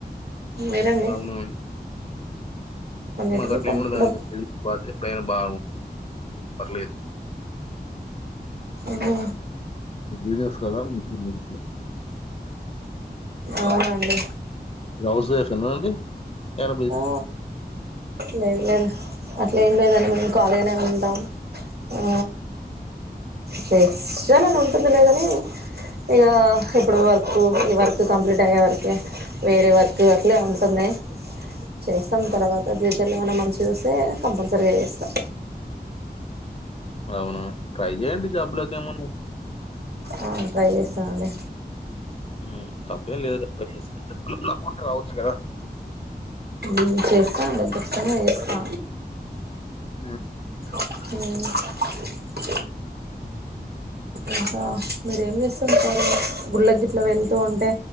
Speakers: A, on the right; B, on the left.
A: మీరండి
B: అవును
A: అన్నిటికీ
B: మాకు అట్లా
A: కంఫర్టబుల్
B: ఏముండదండి మ ఫీ ఎప్పుడైనా బా పర్లేదు
A: మా
B: ీజస్ కదా మీ <unintelligible>
A: అవునండి
B: మీరు హౌస్ ఫైఫ్ ఏనా అండి ఏమ
A: ఆ లేదు లేదు అట్లే ఏం లేదండి మేము కాాలగానే అంటాం ఆ చేస్ని అలా ఉంటుంది లే కని ఇగ ఇప్పుడు వ ర్క్ ఈ వర్క్ కంప్లీట్ అయ్యే వరకే వేరే వర్క్ అట్లే ఉంటుంది
B: ఎం చేస్తాల్
A: చేస్తాం తర్వాత ఫ్యూచర్ లో ఏమన్నా మంచిదోస్తే కంపల్సరిగా చేస్తా
B: అవునా ట్రై చెయ్యడి జాబ్ులక్ ఏమన్నా
A: ఆ ట్రై చేస్తనండి
B: మ్ తప్పేం లేదుా కదా ట్రై చేస్తే లక్ ఉన్నప్పుడు రావచ్చు కదా
A: మ్ చేస్తాండి కచ్చితంగా చేస్తా
B: మ్
A: మ్
B: క
A: ఇంకా మీరేం చేస్తురు సారు గుళ్ళ గిట్లా వెళ్తూ ఉంటే